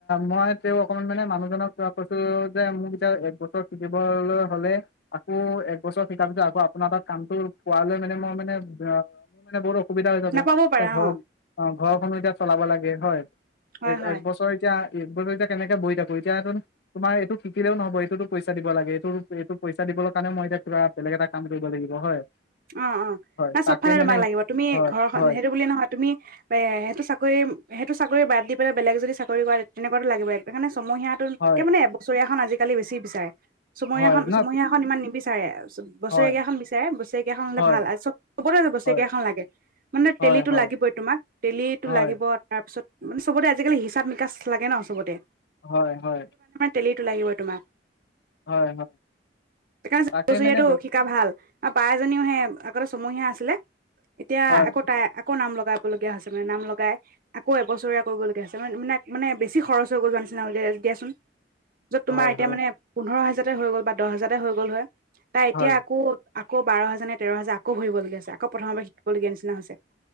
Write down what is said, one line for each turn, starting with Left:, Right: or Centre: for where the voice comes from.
Left: মই তেওঁ অকমান মানে মানুহজনক কৈছো যে মোক এতিয়া এক বছৰ শিকিবলৈ হলে আকৌ এক বছৰ শিকাৰ পিছত আকৌ আপোনাৰ তাত কামটো পোৱালৈ মানে মই মানে? মোৰ মানে বহুত অ। অসুবিধা হৈ যাব
Right: নাপাবও
Left: এতিয়া
Right: পাৰা
Left: ঘৰ
Right: অ
Left: অঁ ঘৰখনো এতিয়া? চলাব লাগে হয়।
Right: হয় হয়
Left: এক বছৰ এতিয়া? এইবোৰ এতিয়া কেনেকে বহি থাকো এতিয়া তোমাৰ এইটো শিকিলেও নহব এইটোতো পইচা দিব লাগে এইটো এইটো পইচা দিবলৈ কাৰণে মই এতিয়া কিবা বেলেগ এটা কাম কৰিব লাগিব হয়।
Right: অঁহ অঁহ
Left: হয়
Right: তাই চ।
Left: তাকে মানে
Right: তোমাক লাগিব তুমি
Left: হয়
Right: ঘৰ
Left: হয়
Right: সেইটো বুলি নহয় তুমি এ সেইটো চাকৰি সেইটো? বাদ দি পেলাই বেলেগ যদি চাকৰি কৰে তেনেকুৱাতটো লাগিয়ই? চমহীয়া তোত
Left: হয়
Right: কে মানে এবছৰীয়াখন আজি? কালি বেছি বিচাৰে চমহীয়া
Left: হয়
Right: খন
Left: ন
Right: চমহীয়া খন ইমান নিবিচাৰে বছৰেকীয়া
Left: হয়
Right: খন বিচাৰে বছকিয়া খন হলে
Left: হয়
Right: ভাল আৰু চব চবতে বছকিয়া
Left: হয়
Right: খন লাগে মানে
Left: হয়
Right: দেলীতো
Left: হয়
Right: লাগিবই তোমাক দেলিতো
Left: হয়
Right: লাগিব তোমাক তাৰপাছত মানে চবতে আজিকালি হিচাপ নিকাচ লাগে ন চবতে
Left: হয় হয়
Right: দেলিটো লাগিব তোমাক
Left: হয় হয়
Right: সেইকাৰণ
Left: তাকে
Right: চমহিয়াতটো
Left: মানে ব-
Right: শিকা ভাল পাই এজনীও হে আগতে চমহীয়া আছিলে এতিয়া
Left: হয়
Right: আকৌ তাই আকৌ নাম লগাই লীয়া হৈছে মানে নাম লগাই আকৌ এবছৰীয়া কৰিবলগীয়া হৈছে মানে মানে মানে বেছি খৰচ হৈ গ'ল নিচিনা হলে দিয়াচোন য'ত তোমাৰ
Left: হয়
Right: এতিয়া
Left: হয়
Right: মানে পোন্ধৰ হাজাৰ হৈ গ'ল বা দহ হাজাৰতে হৈ গ'ল হয় তাই এতিয়া
Left: হয়
Right: আকৌ আকৌ বাৰ হাজাৰ নে তেৰ হাজাৰ আকৌ ভৰিবলগীয়া আছে আকৌ প্ৰথমবাৰ শিকিবলগীয়া নিচিনা হৈছে